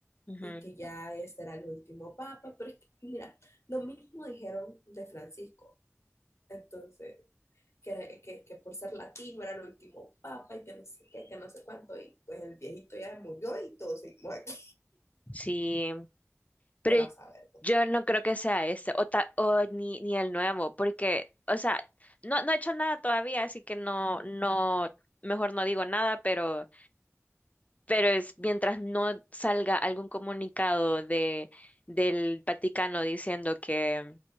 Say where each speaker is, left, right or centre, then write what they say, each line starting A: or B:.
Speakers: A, on the left; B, on the left.
A: ujú,
B: y que ya este era el último papa, pero es que, mira, lo mismo dijeron de Francisco. Entonces, que, era- que, que por ser latino era el último papa y que no sé qué, que no sé cuánto, y pues el viejito ya murió y todos seguimos aquí.
A: sí, pero
B: Pero a saber, pues.
A: yo no creo que sea este, o, ta- o ni, ni el nuevo, porque, o sea, no, no he hecho nada todavía, así que no, no, mejor no digo nada, pero... Pero es mientras no salga algún comunicado de, del Vaticano diciendo que,